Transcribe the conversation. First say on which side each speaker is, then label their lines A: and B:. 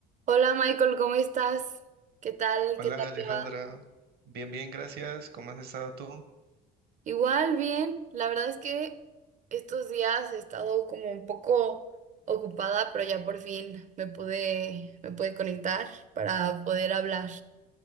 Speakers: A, on the right; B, on the right.
A: Hola Michael, ¿cómo estás? ¿Qué tal?
B: Hola
A: ¿Qué tal
B: Alejandra,
A: te va?
B: bien, bien, gracias. ¿Cómo has estado tú?
A: Igual, bien. La verdad es que estos días he estado como un poco ocupada, pero ya por fin me pude, me pude conectar para poder hablar.